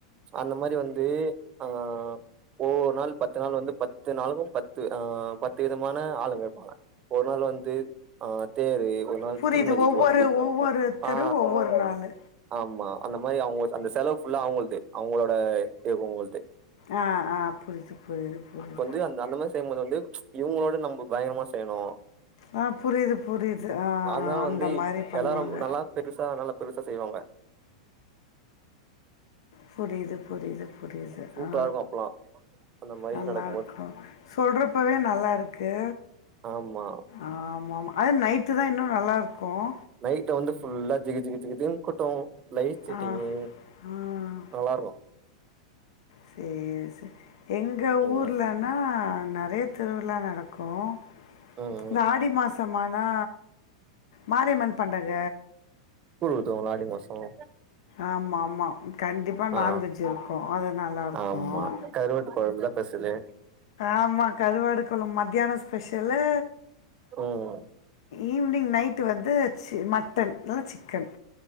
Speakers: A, on the right (about 30°); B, on the left (about 70°).
A: அந்த மாதிரி வந்து அ ஒவ்வொரு நாள் பத்து நாள் வந்து பத்து நாளுக்கும் பத்து ஆ பத்து விதமான ஆளுங்க இருப்பாங்க ஒரு நாள் வந்து ஆ தேரு நாள்
B: புரியுது
A: தீமிதிக்கு
B: ஒவ்வொரு
A: ஒருத்தோ
B: ஒவ்வொருத்தரும்
A: ஆ
B: ஒவ்வொரு நாளு
A: ஆமா அந்த மாதிரி அவுங்க அந்த செலவு ஃபுல்லா அவுங்கள்து அவுங்களோட தேக்கும்வங்களது
B: ஆ ஆ புரியுது புரியுது புரியுது
A: வந்த அந்த மாரி செய்யும் போது வந்து இவுங்களோட நம்ம பயங்கரமா செய்யணும்
B: ஆ புரியுது புரியுது ஆ
A: அதனால
B: ஆ அந்த
A: வந்து
B: மாதிரி பண்ணுவாங்க
A: எல்லாரு நல்லா பெருசா நல்லா பெருசா செய்வாங்க
B: புரியுது புரியுது புரியுது
A: சூப்பரா
B: ஆ
A: இருக்கு அப்பல்லா அந்த மாரி
B: நல்லா
A: நடக்கும்போது
B: இருக்கும் சொல்றப்பவே நல்லா இருக்கு
A: ஆமா
B: ஆமா ஆமா அது நைட்டு தான் இன்னும் நல்லா இருக்கும்
A: நைட் வந்து ஃபுல்லா ஜிகி ஜிகி ஜிகி ஜிகின் கூட்டம் லைட் செட்டிங்கு
B: ஆ ஆ
A: நல்லா இருக்கும்
B: சேரி சேரி எங்க
A: ம்
B: ஊர்லன்னா நிறைய திருவிழா நடக்கும்
A: ம்
B: இந்த
A: ம்
B: ஆடி மாசம் ஆனா மாரியம்மன் பண்டக
A: கூழ் ஊத்துவாங்கள அடி மாசம்
B: ஆமாம் ஆமாம் கண்டிப்பாக
A: ஆ
B: நான்வெஜ் இருக்கும் அது நல்லாயிருக்கும்
A: ஆமா கருவாட்டு குழம்புல பெசலு
B: ஆமா கருவாடு குழம்பு மத்தியானம் ஸ்பெஷலு
A: ம்
B: ஈவினிங் நைட்டு வந்து சி மட்டன் இல்ல சிக்கன்